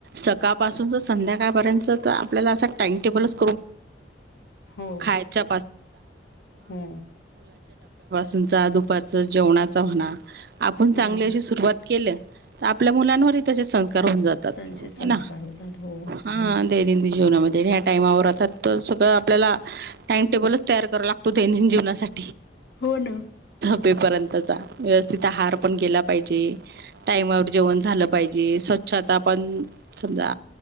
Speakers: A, on the right; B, on the left.
A: सकाळपासून संध्याकाळपर्यंत तर आपल्याला असं टाइमटेबलच
B: हो
A: खाच्या
B: हो
A: ुचा दुपारच जेवणाचा होणा आपण
B: ह
A: चांगली अशी सुरुवात केलं आपल्या मुलांवर त सं जातात
B: त्यांचे संस्कार
A: ना
B: होतात हो
A: हा दैनंदिन जीवनामध्ये... टाइमावर आतात त सगळं आपल्याला टाइमटेबलच तयार कराव लागतो दैनंदिन जीवनासाठी.....
B: होना....
A: पेपर पर्यंत..... व्यवस्थित आहार पण गेला पाहिजे टाईमावर जेवण झालं पाहिजे स्वच्छता पण... समजा